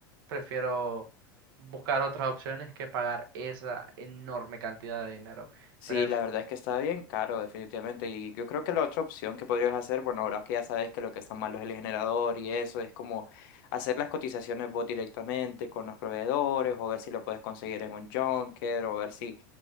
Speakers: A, on the right; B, on the left.
A: prefiero buscar otras opciones que pagar esa enorme cantidad de dinero.
B: Sí,
A: Pues
B: la verdad es que está bien caro, definitivamente. Y yo creo que la otra opción que podrías hacer, bueno, ahora que ya sabes que lo que está malo es el generador y eso, es como hacer las cotizaciones vos directamente con los proveedores o ver si lo puedes conseguir en un junker o ver si,